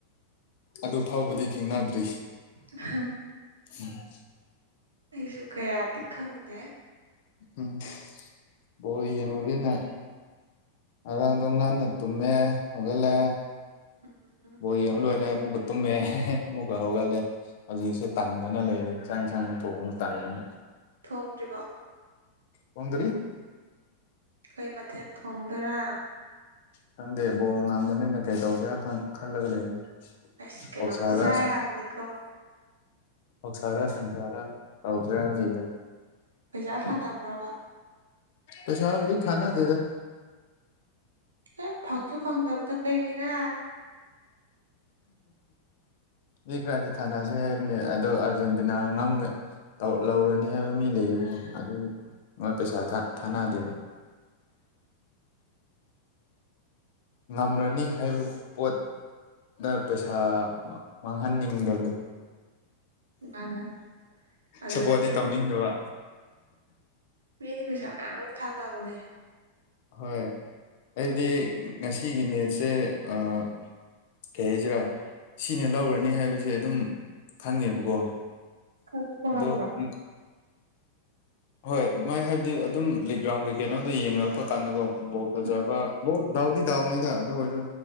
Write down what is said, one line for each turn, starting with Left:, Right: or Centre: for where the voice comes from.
Left: ꯑꯗꯨ ꯐꯥꯎꯕꯗꯤ ꯊꯦꯡꯅꯗ꯭ꯔꯤ
Right: ꯍꯥ <unintelligible>
Left: ꯎꯝ <inaudible>
Right: ꯑꯩꯁꯨ ꯀꯌꯥꯗꯤ ꯈꯪꯗꯦ
Left: ꯎꯝ ꯕꯣꯜ ꯌꯦꯡꯂꯨꯒꯦꯅ ꯉꯔꯥꯡꯗꯣ ꯉꯟꯅ ꯇꯨꯝꯃꯦ ꯍꯧꯂꯦ
Right: ꯎꯝ
Left: ꯣꯣꯌ ꯑꯣꯏꯔ <unintelligible> ꯇꯨꯝꯃꯦ ꯑꯃꯨꯛꯀ ꯍꯧꯒꯠꯂꯦ ꯍꯧꯖꯤꯛꯁꯦ ꯇꯟꯗꯅ ꯂꯩꯔꯦ ꯆꯥꯛ ꯌꯦꯟꯁꯥꯡꯁꯨ ꯊꯣꯡꯕ ꯇꯥꯟꯗꯅ
Right: ꯊꯣꯡꯗ꯭ꯔꯤꯕꯣ
Left: ꯊꯣꯡꯗ꯭ꯔꯤ
Right: ꯀꯩ ꯃꯊꯦꯜ ꯊꯣꯡꯗꯣꯏꯔꯥ
Left: ꯈꯪꯗꯦ ꯕꯣꯜ ꯉꯝꯕꯅꯤꯅ ꯀꯩ ꯇꯧꯁꯤꯔꯥ ꯈꯜ ꯈꯜꯂꯒ ꯂꯩꯅꯤ
Right: ꯑꯁ ꯀꯩꯅꯣꯝꯗꯤ
Left: ꯑꯣꯛꯁꯔꯥ
Right: ꯆꯥ ꯌꯥꯕꯅꯤꯀꯣ
Left: ꯑꯣꯀꯁꯔꯥ ꯁꯟꯁꯔꯥ ꯇꯧꯁꯦꯔꯥ ꯂꯩꯦ
Right: ꯄꯩꯁꯥ ꯊꯥꯅꯕ꯭ꯔꯥꯕ
Left: ꯄꯩꯁꯥꯕꯨꯗꯤ ꯊꯥꯟꯅꯗꯦꯗꯥ
Right: ꯑꯦ ꯐꯪꯁꯨ ꯐꯪꯗꯕꯗ ꯀꯔꯤꯒꯤꯔꯥ
Left: ꯃꯤ ꯈꯔ꯭ꯗꯤ ꯊꯥꯅꯁ ꯍꯥꯏꯕꯅꯦ ꯑꯗꯣ ꯑꯥꯔꯖꯦꯟꯇꯤꯅꯥ ꯉꯝ ꯇꯧ-ꯂꯧꯔꯅꯤ ꯍꯥꯏꯕ ꯃꯤ ꯂꯩꯌꯦꯕꯣ ꯑꯗꯨ ꯅꯣꯏ ꯄꯩꯁꯥ ꯊꯥꯅꯗꯦꯕ ꯉꯝꯂꯅꯤ ꯍꯥꯏꯕ ꯄꯣꯠ ꯅꯪ ꯄꯩꯁꯥ ꯃꯥꯡꯍꯟꯅꯤꯡꯗꯕꯗꯣ
Right: ꯃꯥꯅꯦ ꯑꯗꯨꯗ
Left: ꯁꯞꯄꯣꯔꯗꯤꯇꯤ
Right: ꯃꯤꯗꯤ
Left: ꯇꯧꯅꯤꯡꯗꯕ
Right: ꯃꯤꯗꯤ ꯄꯩꯁꯥ ꯃꯌꯥꯝ ꯃꯌꯥꯝ ꯊꯥꯅꯕꯅꯦ
Left: ꯍꯣꯏ ꯑꯩꯗꯤ ꯉꯁꯤꯒꯤ ꯃꯦꯠꯁꯦ ꯑꯥ ꯀꯩ ꯍꯥꯏꯁꯤꯔꯥ ꯁꯤꯅ ꯂꯧꯔꯅꯤ ꯍꯥꯏꯕꯁꯦ ꯑꯗꯨꯝ ꯈꯪꯉꯦꯕꯀꯣ
Right: ꯈꯪꯕ
Left: ꯑꯗꯣ
Right: ꯉꯝꯕ꯭ꯔꯣ
Left: ꯎꯝ ꯍꯣꯏ ꯃꯣꯏ ꯍꯥꯏꯕꯗꯤ ꯑꯗꯨꯝ ꯂꯤꯛ ꯒ꯭ꯔꯥꯎꯟꯒꯤ ꯀꯩꯅꯣꯝꯗ ꯌꯦꯡꯂꯛꯄ ꯀꯥꯟꯗꯀꯣ ꯕꯣꯜ ꯐꯖꯕ
Right: ꯑ
Left: ꯂꯣꯏ ꯗꯥꯎꯗꯤ ꯗꯥꯎꯅꯤꯗ ꯑꯗꯨ ꯑꯣꯏꯁꯨ